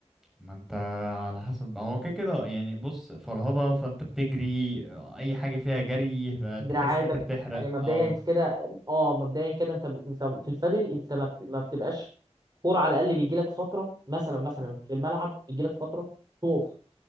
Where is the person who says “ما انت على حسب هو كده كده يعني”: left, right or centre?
Centre